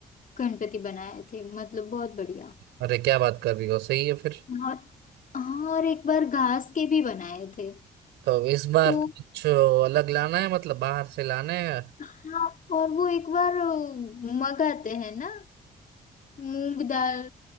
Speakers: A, on the left; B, on the right.
A: गणपति बनाए थे मतलब बहुत बढ़िया
B: अरे क्या बात कर रही हो सही है फिर
A: और हाँ और एक बार घास के भी बनाए थे
B: तो इस बार
A: तो
B: तो कुछ अलग लाना है मतलब बाहर से लाना है
A: हाँ और वो एक बार अ, मगाते हैं ना मूंग दाल